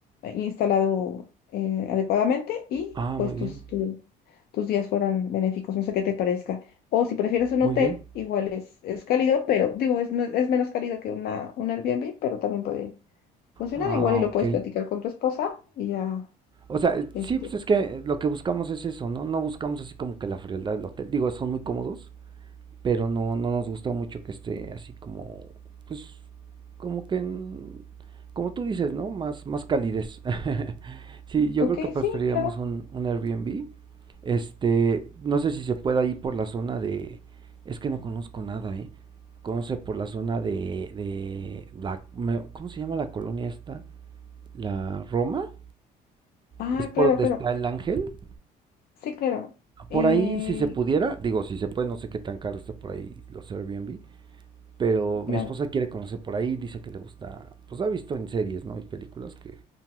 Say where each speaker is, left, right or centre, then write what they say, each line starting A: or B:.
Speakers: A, on the left; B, on the right.
A: instalado eh, adecuadamente y
B: Ah,
A: pues
B: muy bien.
A: tus, tu- tus días fueran benéficos, no sé qué te parezca. O si prefieres un
B: Muy
A: hotel,
B: bien.
A: igual es, es cálido, pero digo, es, no- es menos cálido que una, un Airbnb, pero también puede funcionar
B: Ah,
A: igual y
B: ok.
A: lo puedes platicar con tu esposa y ya.
B: O sea,
A: Este,
B: sí, pues es que lo que buscamos es eso, ¿no? No buscamos así como que la frialdad del hotel. Digo, son muy cómodos, pero no, no nos gusta mucho que esté así como, pues, como que, en- como tú dices, ¿no? Más, más calidez. <laughs> Sí, yo
A: Ok,
B: creo que preferiríamos
A: sí, claro.
B: un, un Airbnb. Este, no sé si se pueda ir por la zona de, es que no conozco nada, ¿eh? Conoce por la zona de, de la, me- ¿cómo se llama la colonia esta? ¿La Roma?
A: Ah,
B: ¿Es por
A: claro,
B: donde
A: claro.
B: está el ángel?
A: Sí, claro. Eh,
B: Por ahí, si se pudiera, digo, si se puede, no sé qué tan caro esté por ahí los Airbnb, pero mi
A: claro.
B: esposa quiere conocer por ahí, dice que le gusta, pues ha visto en series, ¿no? Y películas que,